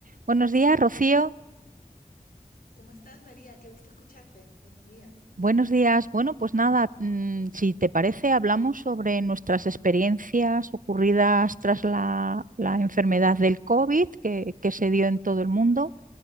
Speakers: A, on the right (about 65°); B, on the left (about 70°).
A: Buenos días, Rocío.
B: ¿Cómo estás, María? Qué gusto escucharte. Buenos días.
A: Buenos días. Bueno, pues nada, mm, si te parece, hablamos sobre nuestras experiencias ocurridas tras la, la enfermedad del COVID que, que se dio en todo el mundo.